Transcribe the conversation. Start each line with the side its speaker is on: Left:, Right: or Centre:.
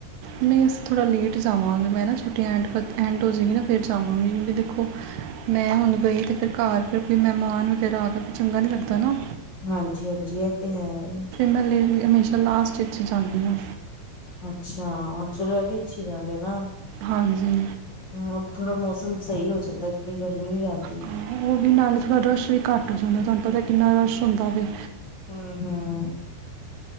Right: ਨਹੀਂ ਥੋੜ੍ਹਾ ਲੇਟ ਜਾਵਾਂਗੇ। ਮੈਂ ਨਾ ਛੁੱਟੀ ਐਡ ਐਡ ਹੋ ਜਾਵੇਗੀ ਨਾ ਫਿਰ ਜਾਵਾਂਗੀ ਕਿਉਕਿ ਦੇਖੋ ਮੈਂ ਹੁਣ ਗਈ ਤੇ ਫਿਰ ਘਰ ਫਿਰ ਕੋਈ ਮਹਿਮਾਨ ਵਗੈਰਾ ਆ ਕੇਿਰ ਚੰਗਾ ਨਹੀਂ ਲੱਗਦਾ ਨਾ।
Left: ਹਾਂਜੀ-ਹਾਂਜੀ ਇਹ ਤੇ ਹੈ ਨਾ।
Right: ਮੈ ਲੇਟ ਹਮੇਸ਼ਾ ਲਾਸਟ 'ਚ ਜਾਣੀ ਹਾਂ।
Left: ਅੱਛਾ ਚਲੋ, ਇਹ ਵੀ ਅੱਛੀ ਗੱਲ ਏ ਨਾ।
Right: ਹਾਂਜੀ।
Left: ਹਮ ਥੋੜਾ ਮੌਸਮ ਸਹੀ ਹੋ ਚੱਲਿਆ, ਇਤਨੀ ਗਰਮੀ ਨੀ ਰਹਿੰਦੀ।
Right: ਹਾਂ, ਉਹ ਵੀ ਨਾਲਾ ਰਸ਼ ਵੀ ਘੱਟ ਹੋ ਜਾਂਦਾ ਤੁਹਾਨੂੰ ਪਤਾ ਕਿੰਨਾ ਰਸ਼ ਹੁੰਦਾ ਹੋਵੇ।
Left: ਹਮ ਹਮ।